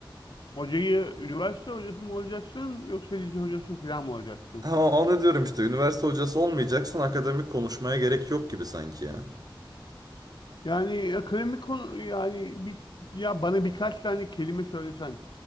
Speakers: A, on the left (about 60°); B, on the right (about 45°).
A: hocayı üniversite hocası mı olacaksın yoksa lise hocası falan mı olacaksın?
B: Ha, onu diyorum işte üniversite hocası olmayacaksan akademik konuşmaya gerek yok gibi sanki ya.
A: Yani akademik konu yani bir ya bana birkaç tane kelime söylesen